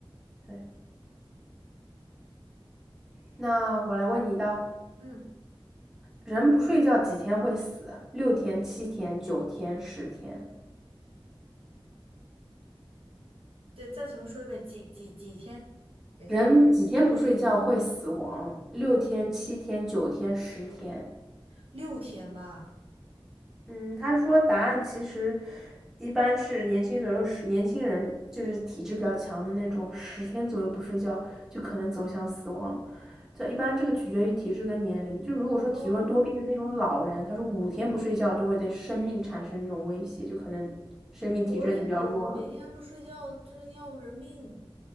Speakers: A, in the centre; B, on the right.
A: 对，那我来问你一道，
B: 嗯，
A: 人不睡觉几天会死？六天、七天、九天、十天。
B: 对，再重新说一遍，几几几天？等一下，
A: 人几天不睡觉会死亡？六天、七天、九天、十天。
B: 六天吧。
A: 嗯，他说答案其实一般是年轻左右年轻人，就是体质比较强的那种，十天左右不睡觉就可能走向死亡。这一般这个取决于体质跟年龄。就如果说体弱多病的那种老人，
B: 哦，
A: 他说五天不睡觉都会对生命产生一种威胁，就可能生命体征就比较弱了。
B: 我也觉得每天不睡觉真要人命。